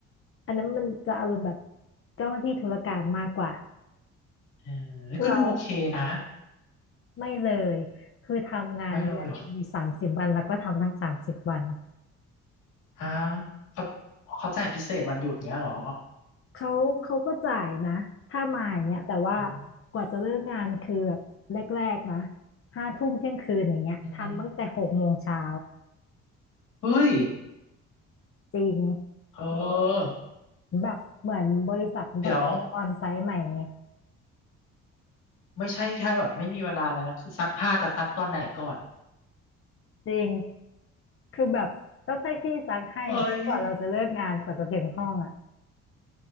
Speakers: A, on the left; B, on the left.
A: อันนั้นมันจะอารมณ์แบบเจ้าหน้าที่ธุรการมากกว่า
B: เออ
A: คือเรา
B: ก็ดูโอเคนะ
A: ไม่เลยคือทำงานเดือนหนึ่งมีสามสิบวันแล้วก็ทำทั้งสามสิบวัน
B: ไม่เลยเหรอฮะเขาเขาจ่ายพิเศษวันหยุดเงี้ยเหรอ
A: เขาเขาก็จ่ายนะถ้ามาอย่างเงี้ยแต่ว่า
B: อืม
A: กว่าจะเลิกงานคือแบบแรกๆนะห้าทุ่มเที่ยงคืนอย่างเงี้ยทำตั้งแต่หกโมงเช้า
B: อืมเฮ้ย
A: จริง
B: เออ
A: แบบเหมือนบริษัทมันต้องออนไซต์ใหม่ไง
B: เดี๋ยวไม่ใช่แค่แบบไม่มีเวลาแล้วนะคือซักผ้าจะซักตอนไหนก่อน
A: จริง คือแบบต้องให้พี่ซักให้อ่ะเพราะกว่าเราจะเลิกงานกว่าจะถึงห้องอ่ะ
B: เฮ้ย